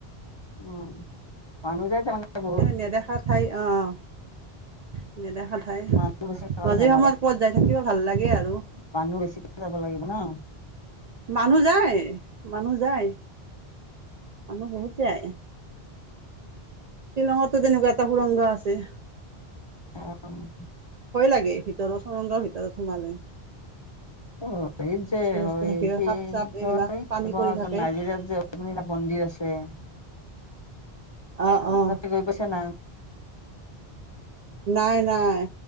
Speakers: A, on the left (about 30°); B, on the right (about 55°).
A: উ মানুহ যায় তাৰমানে বহুত
B: নেদেখাত স্থায়ী অ' এ নেদেখা ঠাই
A: মানুহ বেছি নহ'লে
B: মাজে
A: ভাল
B: সময়ত ক'বাত যাই থাকিও ভাল লাগে আৰু
A: মানু বেছি যাব লাগিব না
B: মানুহ যায় মানুহ যায় মানুহ বহুত যায়। শ্বিলঙতো তেনেকুৱা এটা সুৰংগ আছে
A: অ'
B: কৰিলাগে ভিতৰৰ সুৰংগৰ ভিতৰত সোমাই লৈ?
A: অ এই যে
B: চস্তু থাকিলে
A: স
B: সাপ চাপ
A: কি
B: এইবিলাক
A: কয়
B: পানী পৰি থাকে
A: নাজিৰাত যে এটা মন্দিৰ আছে
B: অ অ
A: ততে গৈ পইছা ন
B: নাই নাই